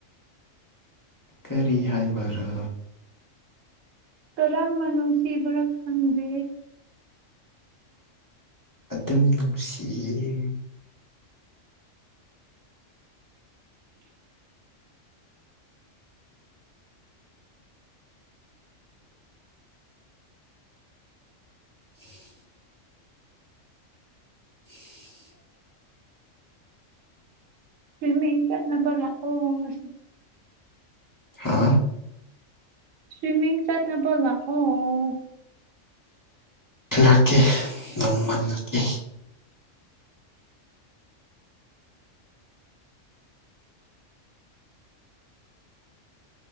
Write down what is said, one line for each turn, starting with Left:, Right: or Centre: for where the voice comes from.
Left: ꯀꯔꯤ ꯍꯥꯏꯕꯔꯣ
Right: ꯀꯔꯝꯕ ꯅꯨꯡꯁꯤꯕꯅꯣ ꯈꯪꯗꯦ
Left: ꯑꯗꯨꯝ ꯅꯨꯡꯁꯤꯌꯦ
Right: <unintelligible>
Left: <unintelligible> <unintelligible>
Right: ꯐꯃꯤ ꯌꯦꯡ ꯀꯅꯕꯒ ꯑꯣꯗ
Left: ꯍꯥꯥ
Right: ꯁ꯭ꯋꯃꯤꯡ ꯆꯠꯅꯕ ꯂꯥꯛꯑꯣ
Left: ꯔꯀꯦ ꯅꯣꯡꯃ ꯂꯥꯀꯦ